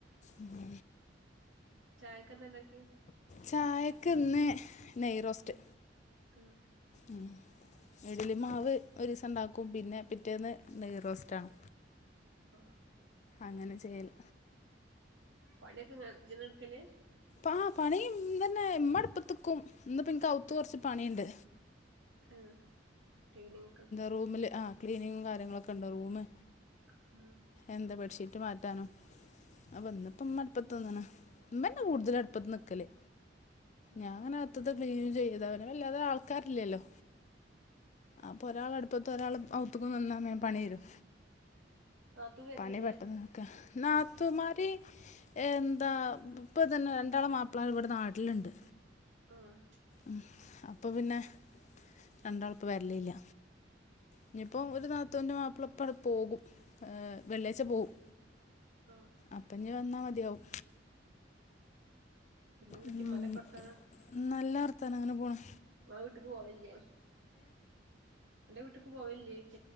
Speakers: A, on the left; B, on the right.
A: ഉം
B: ചായക്കെന്താ ഇണ്ടാക്കി
A: ചായക്ക്ന്ന് നെയ് റോസ്റ്റ്
B: <unintelligible> ഫ്
A: ഉം ഇഡലി മാവ് ഒരുസം ഇണ്ടാക്കും. പിന്നെ, പിറ്റേന്ന് നെയ്യ് റോസ്റ്റാണ്
B: മാഹ് മാ <unintelligible>
A: അങ്ങനെ ചെയ്യല്
B: പണിയൊക്കെ ങ്ങള് ജ്ജെന്നെ ഇട്ക്കല്
A: ആ പണിയ്ന്തന്നെ മ്മഅടുപ്പത്ത് ക്കും ഇന്നിപ്പ എനി കൗ ത്ത് കൊറ്ച്ച് പണിയിണ്ട്
B: ഉം <unintelligible> ക്ലീനിങ് ഒക്ക
A: റൂമില് ആഹ് ക്ലീനിങ്ങും കാര്യങ്ങളൊക്കെണ്ട് റൂമ്
B: ആഹ്
A: എന്താ ബെഡ്ഷീറ്റ് മാറ്റാനും അ വന്നപ്പമ്മ അടുപ്പത്ത്ന്ന്ണ് മ്മന്നെ കൂടുതല് അടുപ്പത്ത് നിക്കല്
B: ഉം
A: ഞാനങ്ങനെ അത്ത് ത്തെ ക്ലീന് ചെയ്താര്നു വല്ലാതെ ആൾക്കാരില്ലല്ലോ അപ്പൊ ഒരാൾ അടുപ്പത്ത് ഒരാൾ ഔത്തക്കന്നാല് വേം പണി തീരും
B: നാത്തൂ വരലില്ലേ
A: പണി പെട്ടൊന്നാക്കെ നാത്തൂൻമാര് എന്താ ഇപ്പൊതന്നെ രണ്ടാള് മാപ്പിളമാർഇവിടെ നാട്ടിലുണ്ട്
B: ആഹ്
A: ഉം അപ്പൊ പിന്നെ രണ്ടാള്പ്പം വരലില്ല ഇനിയിപ്പോ ഒരു നാത്തൂന്റെ മാപ്പിളപ്പണ്ട് പോകും ഏ വെള്ളിയാഴ്ച്ച പോകും
B: ആഹ്
A: അപ്പഞ് വന്നാ മതിയാവും
B: പിന്നെ എന്തൊക്കെ
A: ഉം
B: ഇമ്മാന്റൊക്കെ വർത്താനം
A: നല്ല വർത്താനം അങ്ങനെ പോണ്
B: ങ്ങളെ വീട്ടക്ക് പോവല്ലേ അന്റെ വീട്ടക്ക് പോവല്ലേക്ക